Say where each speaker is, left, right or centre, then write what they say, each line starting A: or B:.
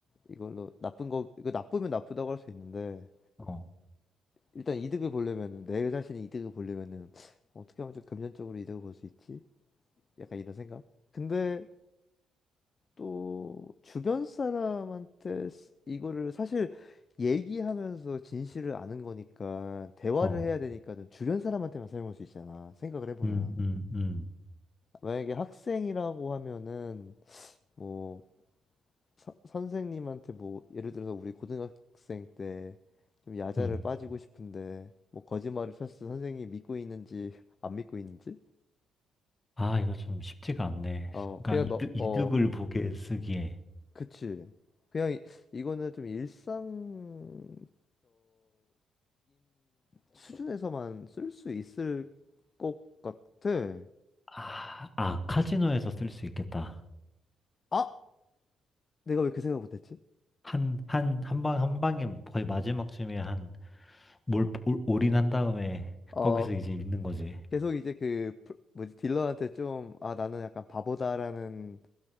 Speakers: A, on the left; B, on the left.
A: 이걸로 나쁜 거, 이거 나쁘면 나쁘다고 할 수 있는데,
B: 어,
A: 일단 이득을 보려면은, 내 자신의 이득을 보려면은, 어떻게 하면 좀 금전적으로 이득을 볼 수 있지? 약간 이런 생각? 근데 또, 주변 사람한테 쓰- 이거를 사실 얘기하면서 진실을 아는 거니까, 대화를
B: 어,
A: 해야 되니까는 주변 사람한테만 사용할 수 있잖아. 생각을 해보면.
B: 음, 음, 음,
A: 만약에 학생이라고 하면은, 뭐, 서- 선생님한테 뭐 예를 들어서 우리 고등학생 때 좀 야자를
B: 음.
A: 빠지고 싶은데 뭐 거짓말을 쳤을 때 선생님이 믿고 있는지 <laughs> 안 믿고 있는지
B: 아, 이거 좀 쉽지가 않네.
A: 어
B: 그러니까
A: 그냥 너
B: 이득,
A: 어
B: 을 보게 쓰기에.
A: 그치 그냥 이, 이거는 좀 일상적인 수준에서만 쓸 수 있을 것 같아
B: 아, 아, 카지노에서 쓸 수 있겠다.
A: 아 내가 왜 그 생각 못했지
B: 한, 한, 한 방, 한 방에 거의 마지막쯤에 한, 몰, 올- 올인한 다음에
A: 어
B: 거기서 이제 읽는 거지.
A: 계속 이제 그 프로- 뭐지 딜러한테 좀 아 나는 약간 바보다라는